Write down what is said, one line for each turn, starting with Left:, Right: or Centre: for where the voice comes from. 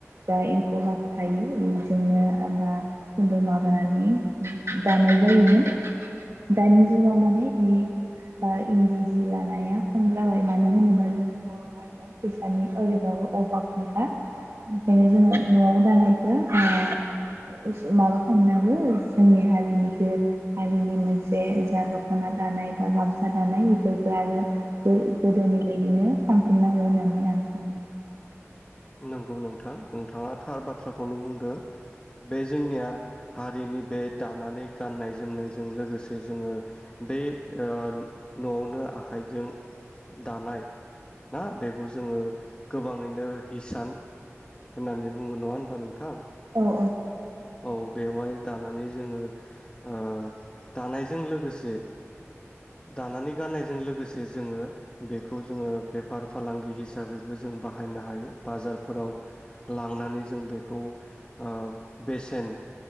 Right: जा एम्फौ लाथा थायो इजोंनो बा खुन्दुं माब माबानानै दानाय जायोमोन दानि जुगाव माने इ बा इन्दि जि लानाया खम जाबाय मानो होनोबा जोंनि बर' हारियाव फैसानि ओरैबाबो अभाबनिखा ओंखायनो जोङो नआव दानायखौ माबा नोंगो जोंनि हारिनिखौ हारिनि मोनसे जा दखना दानाय बा गामसा दानाय बेफोरफोरखौ आरो गोदोनि बायदिनो खामफिननांगो होननानै आं सानो।
Left: नंगौ नोंथां नोंथाङा थार बा बाथ्राखौनो बुंदों बे जोंनिया हारिनि बे दानानै गाननाय जोमनायजों लोगोसे जोङो बे ओ न'आवनो आखाइजों दानाय ना बेखौ जोङो गोबाङैनो हिसान होननानै बुङो नङा होनबा नोंथां।
Right: अ।
Left: औ बेवहाय दानानै जोङो ओ दानायजों लोगोसे दानानै गाननायजों लोगोसे जोङो बेखौ जोङो बेफार फालांगि हिसाबैबो जों बाहायनो हायो बाजारफोराव लांनानै जों बेखौ ओ बेसेन